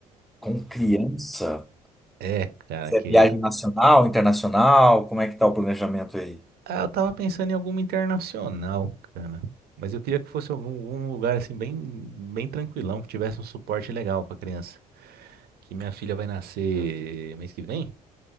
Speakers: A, in the centre; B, on the right (about 55°).
A: Com criança?
B: É, cara,
A: Você
B: que
A: é viagem
B: é,
A: nacional, internacional? Como é que tá o planejamento aí?
B: ah, eu tava pensando em alguma internacional, cara. Mas eu queria que fosse algum, algum lugar assim bem, bem tranquilão, que tivesse um suporte legal pra criança. Que minha filha vai nascer mês que vem.